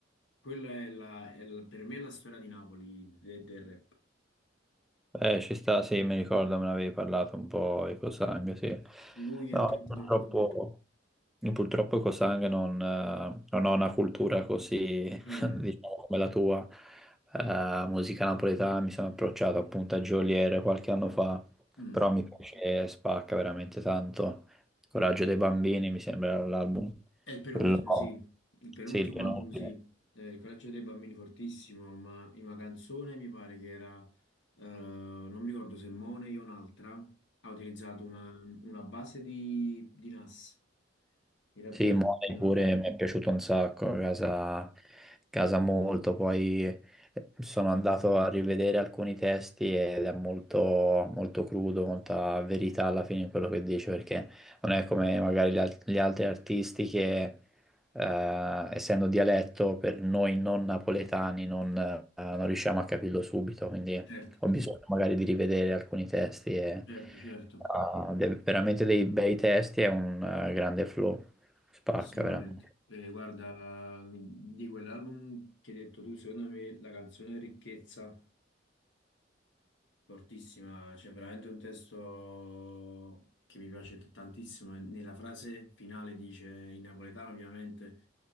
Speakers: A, on the left (about 70°); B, in the centre.
A: quella è, la, è la- per me è la storia di Napoli de- del rap.
B: Eh, ci sta, sì, mi ricordo, me ne avevi parlato un po' di Cosang, sì.
A: Lui
B: No,
A: è troppo,
B: io purtroppo,
A: troppo forte.
B: io purtroppo Cosang non, eh, non ho una cultura così,
A: Mm,
B: <laughs> diciamo, come la tua. Eh, musica napoletana mi sono approcciato appunto a Geolier qualche anno fa,
A: mm.
B: però mi piace, spacca veramente tanto. Coraggio dei bambini mi sembra l'album.
A: È il penultimo,
B: Quello-
A: sì. Il penultimo
B: Sì, il penultimo.
A: album, sì. Eh, il coraggio dei bambini fortissimo, ma in una canzone mi pare che era, eh, non mi ricordo se Mone o un'altra, ha utilizzato una, una base di, di Nas. Il rapper
B: Sì, Money
A: di Nas.
B: pure mi è piaciuto un sacco, casa, casa molto, poi eh, sono andato a rivedere alcuni testi ed è molto, molto crudo, molta verità alla fine in quello che dice, perché non è come magari gli, al- gli altri artisti che, eh, essendo dialetto, per noi non napoletani non, eh, non riusciamo a capirlo subito, quindi
A: Certo,
B: ho bisogno magari di rivedere alcuni testi e,
A: certo, certo.
B: eh, de- veramente dei bei testi e un eh, grande flow. Spacca
A: Assolutamente.
B: veramente.
A: Eh, guarda, di quell'album che hai detto tu, secondo me la canzone Ricchezza, fortissima, c'è veramente un testo che mi piace t- tantissimo. e Nella frase finale dice, in napoletano ovviamente,